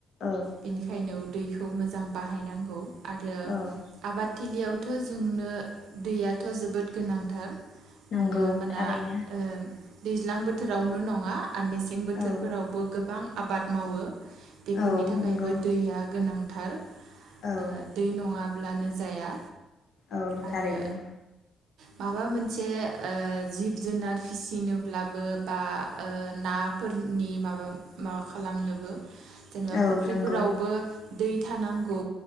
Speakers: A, on the left; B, on the right.
A: औ
B: बेनिखायनो
A: नंगौ
B: दैखौ मोजां बाहायनांगौ आरो।
A: औ
B: आबादथिलियावथ' जोंनो दैयाथ' जोबोद गोनांथार।
A: नंगौ
B: मानो होनोबा
A: थारैनो
B: ओम। दैज्लां बोथोरावल' नङा आरो मेसें बोथोरफोरावबो
A: औ
B: गोबां आबाद मावो। बेफोरनि
A: औ
B: थाखायबो
A: नंगौ
B: दैया गोनांथार ओ।
A: औ
B: दै नङाब्लानो जाया
A: औ
B: आरो।
A: थारैनो
B: माबा मोनसे ओ जिब-जुनार फिसिनोब्लाबो बा ओ ना फोरनि माबा माबा खालामनोबो। जेनेबा
A: औ
B: फुख्रिफोरावबो
A: नंगौ
B: दै थानांगौ